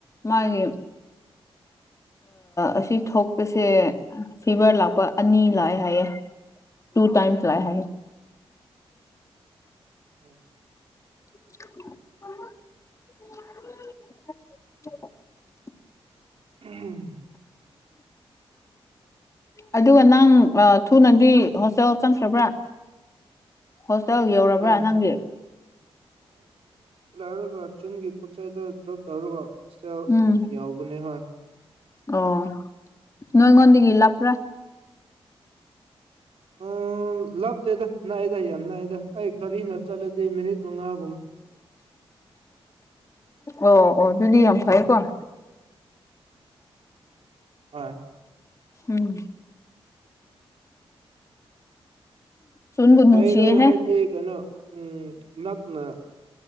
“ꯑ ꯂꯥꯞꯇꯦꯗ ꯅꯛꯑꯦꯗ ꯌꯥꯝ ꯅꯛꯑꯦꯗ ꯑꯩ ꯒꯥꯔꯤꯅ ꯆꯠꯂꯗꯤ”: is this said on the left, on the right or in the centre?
Right